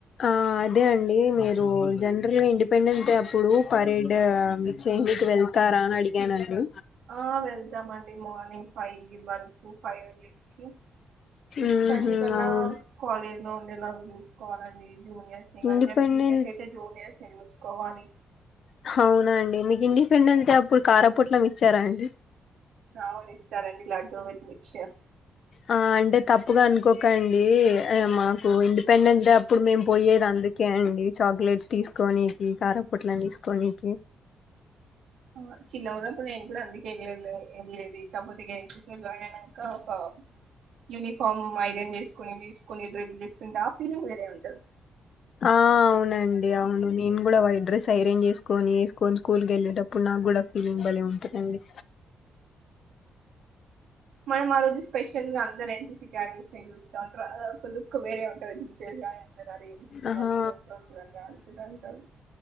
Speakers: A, on the left; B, on the right.
A: ఆ అదే అండి మీరు జనరల్గా ఇండిపెండెంట్ డే అప్పుడు పరేడ్ మీకు చేంకి వెళ్తు తార అని అడిగానండి
B: ఆ వెళ్తామండి మార్నింగ్ ఫైవ్ వరకు ఫైవ్ నుంచి సిక్స్
A: ఊహూ
B: థర్టీ కల్లా
A: అవును
B: కాలేజ్ లో ఉండేలాగ చూసుకోవాలండి జూనియర్స్ ని కానీ
A: ఇండిపెండెన్
B: మేము సీనియర్స్ అయితే జూనియర్స్ ని చూసుకోవాలి
A: హ అవునా అండి మీకు ఇండిపెండెన్స్ డే అప్పుడు కారం పోట్లం ఇచ్చార అండి
B: అ అవును ఇస్తారండి లడ్డూ విత్ మిక్స ర్
A: ఆ అంటే తప్పుగ అనుకోకండి మాకు ఇండిపెండెన్స్ డే అప్పుడు మేము పోయేది అందు కే అండి చాక్లెట్స్ తీసుకోనినికి కారా పొట్లం తీసుకోనినికి
B: ఆ చిన్నగ ఊన్నప్పుడు నేను కూడా అండి వెళ్లేదు ఇకపోతేకిగా ఎన్సీసి జాయిన్ అయినాక ఒక యూనిఫామ్ ఐరన్ చేసుకుని వేసుకుొని డ్రెస్లు చేస్తుంటే ఆ ఫీలింగ్ వేరే ఉంటది
A: ఆ అవునండి అవును నేను కూడా వయిట్ డ్రెస్ అయిరన్ చేసుకొని వేసుకొని స్కూల్ క వెళ్ళేటప్పుడు నాకు కూడా ఉమ్ భలే ఉంటది అండి
B: మనం ఆ రోజు స్పెషల్ గా అందరు ఎన్ సి సి క్యాండీస్ నె చూస్త ఉంటారు అ ఒక లుక్ వేరే ఉంటది చూే గాని గాడి <unintelligible>
A: ఆహా
B: అనుకుంటా ఉంటారు